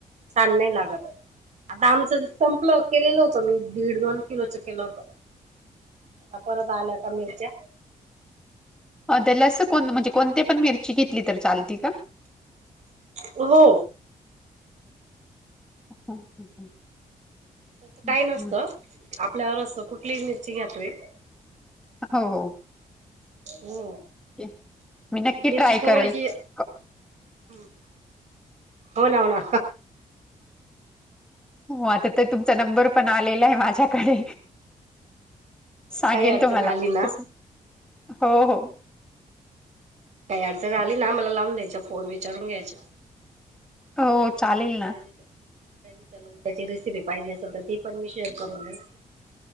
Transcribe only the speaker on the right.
छान नाई लागत. आता आमचं संपलं, केलेलं होतं मी, दीड दोन किलोचं केलं होतं. आता परत आल्या का मिरच्या?
अं हो.
तसं
काई नसतं,
आपल्यावर असतं, कुठलीही मिरची घ्या तुम्ही.
हो,
मिची
थोडीशी
हं, होना, होना.
काही अडचण
आली ना
काई अडचण आली ना, मला लावून द्यायचा फोन, विचारून घ्यायचं.
तुम्हाला लो
कैरीचं कैरीच्या लोणच्याची रेसिपी पाहिजे असल तर, ती पण मी शेअर करून देईल.